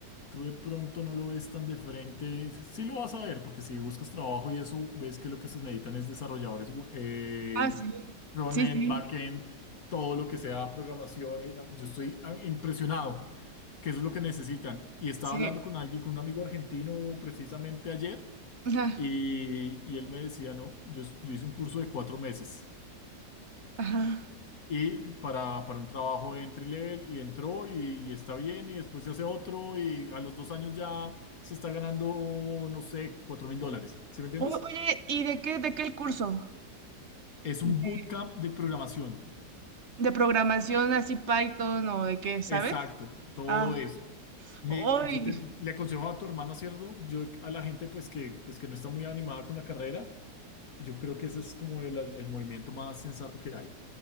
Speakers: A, on the left; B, on the right.
A: Tú de pronto no lo ves tan de frente. Sí lo vas a ver, porque si buscas trabajo y eso, ves que lo que se necesitan es desarrolladores bu- eh,
B: Ah, sí,
A: frontend,
B: sí, sí,
A: backend, todo lo que sea programación. eh, ah, Yo estoy ah, impresionado que eso es lo que necesitan. Y estaba
B: sí.
A: hablando con alguien, con un amigo argentino precisamente ayer.
B: Ajá.
A: Y, y él me decía, no, yo, yo hice un curso de cuatro meses
B: Ajá.
A: y para, para un trabajo de entry level y entró y, y está bien y después se hace otro y a los dos años ya se está ganando, no sé, cuatro mil dólares. ¿Sí me entiendes?
B: O- Oye, ¿y de qué, de qué el curso?
A: Es un
B: ¿De,
A: bootcamp de programación.
B: de programación así Python o de qué, sabes?
A: Exacto, todo
B: Ah,
A: eso. Me,
B: hoy,
A: yo te, le aconsejo a tu hermano, ¿cierto? Yo a la gente pues que, pues que no está muy animada con la carrera, yo creo que ese es como el el movimiento más sensato que hay.